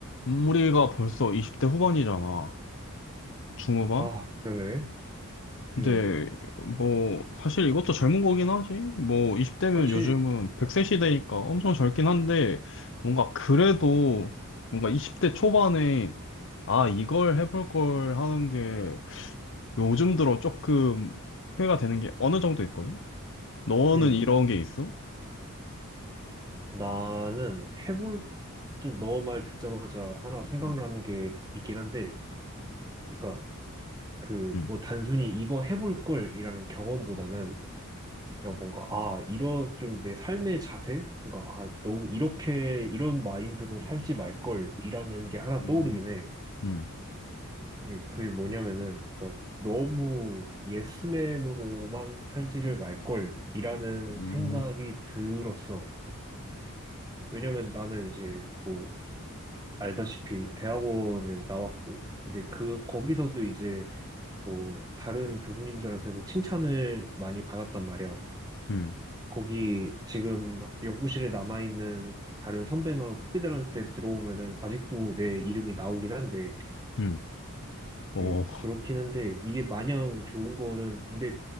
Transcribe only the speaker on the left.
우리가 벌써 20대 후반이잖아. 중후반?
근데
뭐 사실 이것도 젊은 거긴 하지. 뭐 20대면
요즘은 1 0세 시대니까 엄청 젊긴 한데 뭔가 그래도 뭔가 20대 초반에 아 이걸 해볼 걸 하는 게 요즘 들어 조금 후회가 되는 게 어느 정도 있거든. 너는
이런 게 있어?
응,
응,
응,
응,
응,
응,
응. 어,